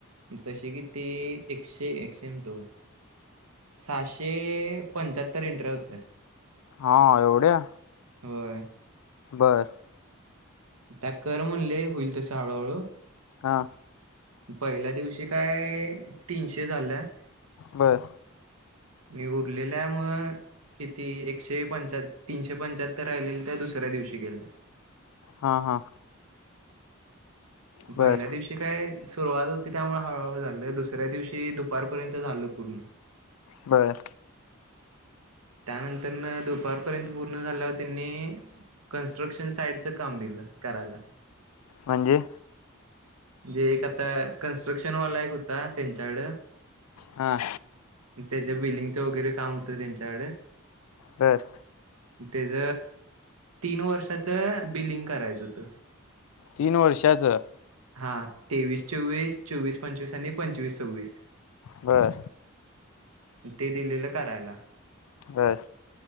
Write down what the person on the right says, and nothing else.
तशी की ती एकशे एकशे म्हणतो सहाशे पंच्याहत्तर इंटऱ्या होत्या.
होय.
त्या कर म्हणले होईल तसं हळूहळू
पहिल्या दिवशी काय तीनशे झाल्या.
मी उरलेल्या मग किती एकशे पंचा तीनशे पंच्याहत्तर राहिलेली त्या दुसऱ्या दिवशी केल्या.
पहिल्या दिवशी ती काय सुरुवात होती त्यामुळे हळूहळू झालं दुसऱ्या दिवशी दुपारपर्यंत झालं पूर्ण.
त्यानंतर दुपारपर्यंत पूर्ण झाल्यावर त्यांनी कन्स्ट्रक्शन साईडचं काम दिलं करायला.
जे एक आता कन्स्ट्रक्शन वाला एक होता त्यांच्याकड
त्याच्या बिलिंगचं वगैरे काम होतं त्यांच्याकड.
त्याज तीन वर्षाच बिलिंग करायचं होतं.
हा तेवीस चोवीस चोवीस पंचवीस आणि पंचवीस सव्वीस.
ते दिलेलं करायला.